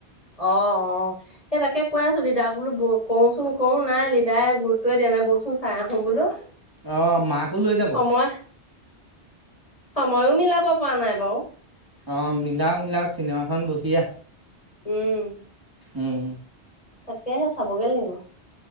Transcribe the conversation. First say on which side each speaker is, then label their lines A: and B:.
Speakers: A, on the left; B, on the right.
A: অ অ সেই তাকে কৈ আছ তাক বোলো ব কওঁচোন ক নাই লিডাৰ গুৰুত্বই দিয়া নাই বলচোন চাই আহো বোলো।
B: আহ মাকো লৈ যাব
A: সময় সময়ো মিলাব পৰা নাই বাৰু
B: অ মিলাওক মিলাওক চিনেমাখন বহিয়ে
A: উম
B: উম
A: তাকেহে চাবগে লাগিব।